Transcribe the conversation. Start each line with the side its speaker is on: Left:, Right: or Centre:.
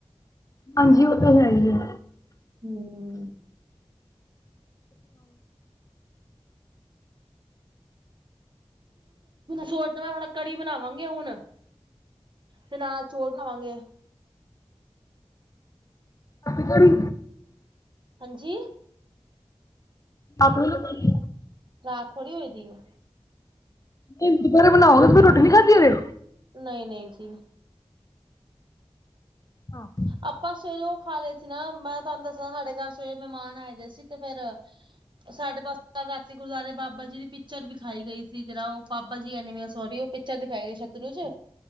Left: ਹਾਂਜੀ, ਓ ਤਾਂ ਹੈ ਈ ਐ।
Right: ਹਮ ਥੋੜ੍ਹਾ ਕੜੀ ਬਣਾਵਾਂਗੇ ਹੁਣ ਤੇ ਨਾਲ ਚੋਲ ਬਣਾਵਾਂਗੇ।
Left: ਕੜੀ
Right: ਹਾਂਜੀ।
Left: ਆਪ ਬੋਲੋ ਕੁਛ।
Right: ਰਾਤ ਥੋੜੀ ਹੋਏ ਦੀ ਹੈ।
Left: ਦਿਨ ਪਕੋੜੇ ਬਣਾਓਗੇ ਫੇਰ ਰੋਟੀ ਨੀ ਖਾਧੀ ਵੇ?
Right: ਨਹੀਂ- ਨਹੀਂ ਜੀ।
Left: ਹਾਂ।
Right: ਆਪਾਂ ਸਵੇਰੇ ਉਹ ਖਾ ਲਏ ਸੀ ਨਾ। ਮੈਂ ਤੁਹਾਨੂੰ ਦੱਸਿਆ ਸਾਡੇ ਘਰ ਸਵੇਰੇ ਮਹਿਮਾਨ ਆਏ ਦੇ ਸੀ, ਤੇ ਫੇਰ ਉਹ ਸਾਡੇ ਬਸ ਰਾਤੀ ਗੁਰਦੁਆਰੇ ਬਾਬਾ ਜੀ ਦੀ ਪਿਕਚਰ ਵਿਖਾਈ ਗਈ ਸੀ। ਜਿਹੜਾ ਉਹ ਪਾਪਾ ਜੀ ਐਨੀ ਵੈ ਸੋਰੀ, ਉਹ ਪਿਕਚਰ ਦਿਖਾਈ ਗਈ ਸਤਲੁਜ।